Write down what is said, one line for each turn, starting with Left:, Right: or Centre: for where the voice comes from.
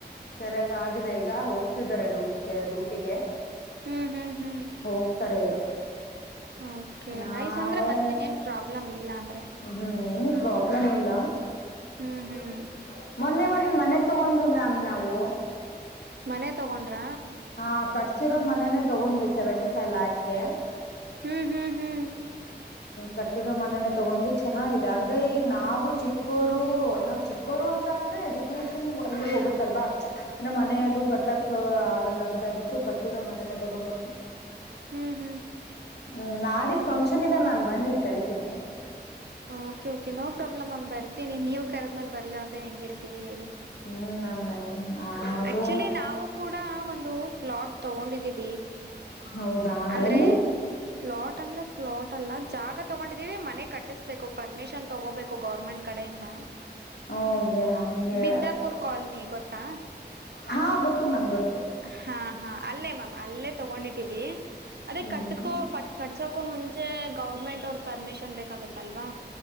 Left: ಸರಿಯಾಗ ಆಗಿದೆ ಈಗ ಹೋಗ್ತಿದ್ದಾರೆ ಡೂಟಿಗೆ ಡ್ಯೂಟಿಗೆ
Right: ಹ್ಮ್ ಹ್ಮ್ ಹ್ಮ್
Left: ಹೋಗ್ತಾರೆ ಈಗ
Right: ಓಕೆ
Left: ನಾಳೆ
Right: ನೈಸ್ ಅಂದ್ರೆ ಮತ್ತಿನ್ನೇನ್ ಪ್ರಾಬ್ಲಮ್ ಇಲ್ಲ ಅಂದ್ರೆ
Left: ಹ್ಮ್ ಏನು ಪ್ರಾಬ್ಲಮ್ ಇಲ್ಲ ಹ
Right: ಹ್ಮ್ ಹ್ಮ್
Left: ಮೊನ್ನೆ ಒಂದ್ ಮನೆ ತಗೊಂಡ ಮ್ಯಾಮ್ ನಾವು
Right: ಮನೆ ತಗೊಂಡ್ರ
Left: ಹಾ ಕಟ್ಸಿರೋ ಮನೆೇನೆ ತಗೊಂಡ್ಿ ಸೆವೆಂಟಿ ಫೈವ್ ಲ್ಯಾಕ್ <unintelligible>
Right: ಹ್ಮ್ ಹ್ಮ್ ಹ್ಮ್
Left: ಕಟ್ಟಿರೋ ಮನನೆ ತಗೊಂಡ್ವಿ ಚೆನ್ನಾಗಿದೆ ಅಂದ್ರೆ ಈಗ ನಾವು ಚಿಕ್ಕೋರು ನಾ ಚಿಕ್ಕೋರು ಅಂತ ಅಂದ್ರೆ ಎಜುಕೇಶನ್ ಅಲ್ಲೂ ಹೋಗುತ್ತಲ್ವಾ ಅ್ರೆ ಮನದು
Right: ಹ್ಮ್
Left: ಕಟ್ಟಕ್ ಆಗಲ್ಲ ಅಂತ ಹೇಳ್ಬಿಟ್ಟು ಕಟ್ಟಿರೋ ಮನನೆೇ ತಗೊಂಡ್ಬಿಟ್ಟು
Right: ಹ್ಮ್ ಹ್ಮ್
Left: ಹ್ಮ್ ನಾಡ ಫಂಕ್ಷನ್ ಇದೆ ಮ್ಯಾಮ್ ಬನ್ನಿ ಕರಿತೀನಿ
Right: ಓಕೆ ಓಕೆ ನೋ ಪ್ರಾಬ್ಲಮ್ ಅ್ ಬರ್ತೇನಿ ನೀವ ಕರದ್ಮೇಲ್ ಬರ್ಲಾರ್ದ ಹೆಂಗಿರ್ತೀವಿ ಹೇಳಿ
Left: ಹ್ಮ್ ಮ್ಯಾಮ್ ಬನ್ನಿ ಅದು
Right: ಆಕ್ಚುಲಿ ನಾವು ಕೂಡ ಒಂದು ಫ್ಲಾಟ್ ತಗೊಂಡಿದ್ದೀವಿ
Left: ಹೌದಾ
Right: ಅಂದ್ರೆ
Left: ಎಲ್ಲಿ
Right: ಫ್ಲಾಟ್ ಅಂದ್ರೆ ಫ್ಲಾಟ್ ಅಲ್ಲ ಜಾಗ ತಗೊಂಡಿದೀ ಮನೆ ಕಟ್ಟಿಸ್ಬೇಕು ಪರ್ಮಿಷನ್ ತಗೋಬೇಕು ಗೌರ್ಮೆಂಟ್ ಕಡೆಯಿಂದ
Left: ಹೋಗಿ ಹಂಗೆ
Right: ಬಿದ್ದಾಪುರ್ ಕಾಲನಿ ಗೊತ್ತ ತಾ
Left: ಹಾ ಗೊತ್ತು ಮ್ಯಾಮ್ ಗೊತ್ತು
Right: ಹಾ ಹಾ ಅಲ್ಲೇ ಮ್ಯಾಮ್ ಅಲ್ಲೇ ತಗೊಂಡಿದ್ದೀವಿ ಅದೇ
Left: ಹ್ಮ್
Right: ಕಟ್ಟಕೋ ಪಟ್ ಕಟ್ಸ ಅಕೂ ಮುಂಚೆ ಗೌರ್ಮೆಂಟ್ ಅವ್ರ ಪರ್ಮಿಷನ್ ಬೇಕಾಗತ್ತಲ್ವಾ